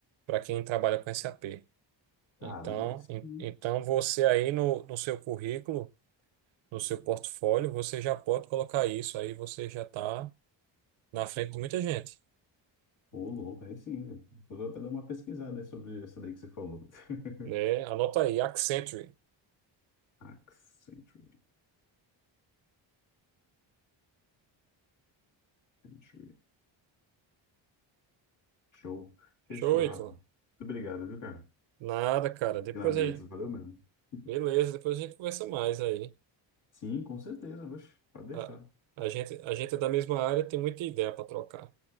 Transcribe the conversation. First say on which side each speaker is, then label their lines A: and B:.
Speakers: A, on the right; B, on the left.
A: para quem trabalha com SAP.
B: Caramba,
A: Então,
B: aí
A: en-
B: sim.
A: então você aí no, no seu currículo. no seu portfólio, você já pode colocar isso, aí você já está na frente de muita gente,
B: Ô, louco, aí sim, velho. Depois eu vou até dar uma pesquisada aí sobre essa daí que você falou. <laughs>
A: né? Anota aí, Accenture.
B: Accenture. Accenture. Show. Fechou,
A: Show, Ítalo.
B: Rafa. Muito obrigado, viu, cara?
A: Nada, cara.
B: Ensinamentos,
A: Depois a...
B: valeu mesmo. <laughs>
A: Beleza, depois a gente conversa mais aí.
B: Sim, com certeza, oxe, pode deixar.
A: A, a gente, a gente é da mesma área, tem muita ideia para trocar.